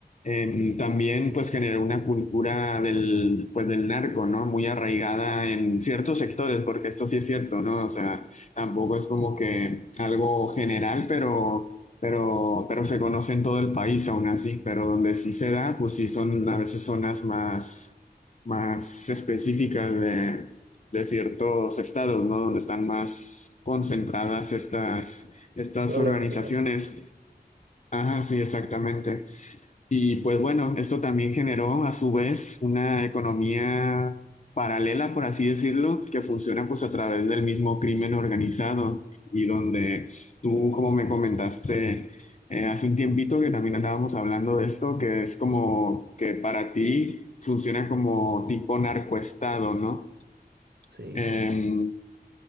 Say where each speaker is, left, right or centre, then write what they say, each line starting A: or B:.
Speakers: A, on the left; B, on the right.
A: Em, también pues generó una cultura del, pues, del narco, ¿no? Muy arraigada en ciertos sectores, porque esto sí es cierto, ¿no? O sea, tampoco es como que algo general, pero... Pero, pero se conoce en todo el país aún así, pero donde sí se da, pues sí son a veces zonas más, más específicas de, de ciertos estados, ¿no? Donde están más concentradas estas, estas
B: Problemáticas.
A: organizaciones.
B: <laughs>
A: Ajá, sí, exactamente. Y pues bueno, esto también generó a su vez una economía paralela, por así decirlo, que funciona pues a través del mismo crimen organizado y donde tú, como me comentaste eh, hace un tiempito que también andábamos hablando de esto, que es como que para ti funciona como tipo narcoestado, ¿no?
B: Sí.
A: Em,